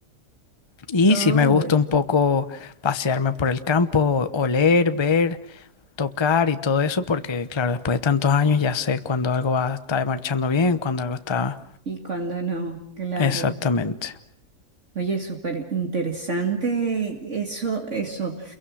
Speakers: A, on the left (about 20°); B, on the right (about 50°).
A: Y
B: Ay,
A: sí me gusta un poco pasearme por el campo, oler, ver, tocar y todo eso, porque claro, después de tantos años ya sé cuando algo va, está marchando bien, cuando algo está
B: y cuando no, claro.
A: exactamente.
B: Oye, súper interesante eso, eso